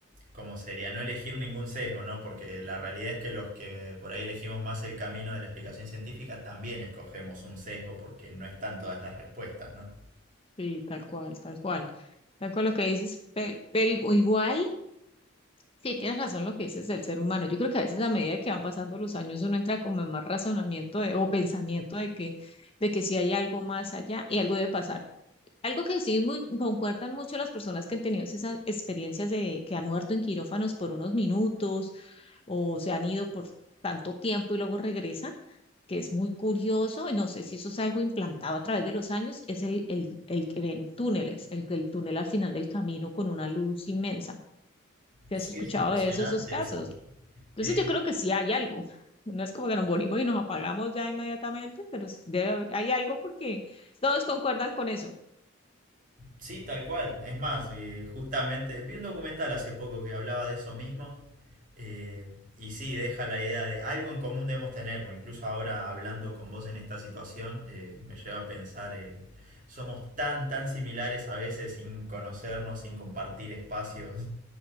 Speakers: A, on the right (about 40°); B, on the left (about 25°).
A: ¿cómo sería? No elegir ningún sesgo, ¿no? Porque la realidad es que los que por ahí elegimos más el camino de la explicación científica también escogemos un sesgo porque no están todas las respuestas, ¿no?
B: sí, tal cual, tal cual. Tal cual lo que dices, pe- pero, igu- igual Sí, tienes razón lo que dices del ser humano. Yo creo que a veces a medida que van pasando los años uno entra como en más razonamiento de- o pensamiento de que, de que sí hay algo más allá y algo debe pasar. Algo que sí muy, concuerdan mucho las personas que han tenido esas experiencias de que han muerto en quirófanos por unos minutos o se han ido por tanto tiempo y luego regresan, que es muy curioso y no sé si eso es algo implantado a través de los años, es el, el, el que ven túneles, el, el túnel al final del camino con una luz inmensa si
A: Sí,
B: has escuchado
A: es impresionante
B: de esos, esos casos.
A: eso.
B: Entonces
A: Eh,
B: yo creo que sí hay algo. No es como que nos morimos y nos apagamos ya inmediatamente, pero sí debe- hay algo porque todos concuerdan con eso. <laughs>
A: Sí, tal cual. Es más, eh, justamente vi un documental hace poco que hablaba de eso mismo. eh, y sí, deja la idea de algo en común debemos tener, porque incluso ahora hablando con vos en esta situación, eh, me lleva a pensar, eh, somos tan, tan similares a veces sin conocernos, sin compartir espacios,